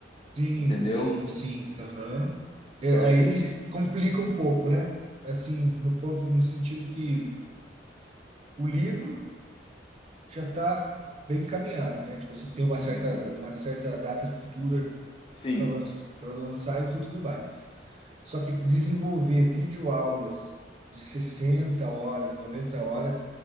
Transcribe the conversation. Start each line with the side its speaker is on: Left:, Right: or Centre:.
Right: Sim,
Left: entendeu?
Right: sim, sim. Aham.
Left: Então,
Right: É,
Left: acho
Right: aí
Left: que esse...
Right: complica um pouco, né? Assim, no ponto, no sentido que o livro já está bem encaminhado, né? Tipo assim, tem uma certa,
Left: Uhum.
Right: uma certa data futura
Left: Sim,
Right: para lan para lançar, então tudo bem. Só que desenvolver videoaulas de 60 horas, 90 horas